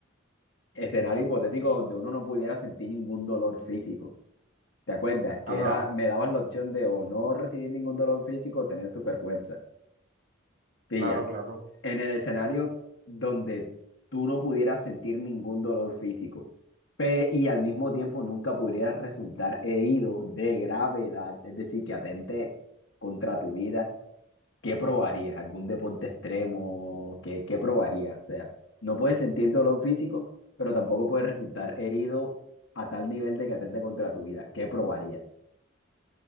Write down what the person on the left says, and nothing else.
Escenario hipotético donde uno no pudiera sentir ningún dolor físico. ¿Te acuerdas? Que
era, me daban la opción de o no recibir ningún dolor físico o tener superfuerza. Pilla,
en el escenario donde tú no pudieras sentir ningún dolor físico pe- y al mismo tiempo nunca pudieras resultar herido de gravedad, es decir, que atente contra tu vida ¿qué probarías? ¿Algún deporte extremo? ¿Qué, qué probarías? O sea, no puedes sentir dolor físico, pero tampoco puedes resultar herido a tal nivel de que atente contra tu vida. ¿Qué probarías?